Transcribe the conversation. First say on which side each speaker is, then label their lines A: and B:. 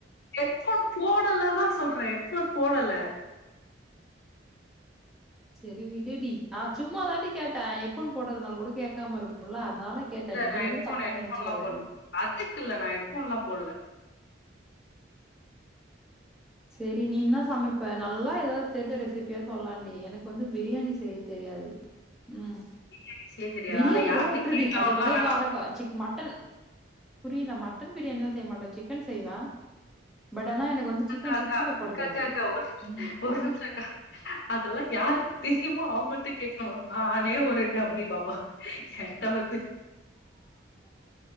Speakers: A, on the left; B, in the centre.
A: ஹெட்ஃபோன் போடலதா சொல்ற ஹெட்ஃபோன் போடல
B: செரி விடுடி நா சும்மா தாண்டி கேட்ட ஹெட்ஃபோன் போடுறதுனால கூட கேக்காம இருக்கும்ல அதனால கேட்ட
A: இல்ல
B: நீ
A: நா
B: எதுவு
A: ஹெட்ஃபோன்
B: தப்பா
A: ஹெட்ஃபோன்லா
B: நெனைச்சுக்காத
A: போடல
B: என்ன
A: அதுக்கு இல்ல நா ஹெட்ஃபோன்லா போட்ல
B: செரி நீ என்ன சமைப்ப நல்லா ஏதாவது தெரிஞ்ச ரெசிப்பியா சொல்லண்டி எனக்கு வந்து பிரியாணி செய்ய தெரியாது ம்
A: பிரியாணி செய்ய தெரியாது
B: பிரியாணி
A: அத யார்ட்ட
B: கூட விட்டுருடி
A: கேக்கணுன்லா
B: அத கூட
A: வேணா
B: ஏதோ அரக்கொ மட்டன் புரியல மட்டன் பிரியாணிதா செய்ய மாட்ட சிக்கன் செய்வ பட் ஆனா எனக்கு வந்து
A: காக்கக்கா
B: சிக்கன் சிக்ஸ்டி ஃபைவ் போட
A: காக்கக்கா
B: தெரியாது
A: ஒரு
B: ம்
A: ஒரு நிமிஷக்கா அதெல்லா யாருக் தெரியுமோ அவுங்கள்ட்ட கேக்கணு நா னே ஒரு டம்மி பாபா என்ட்ட வந்து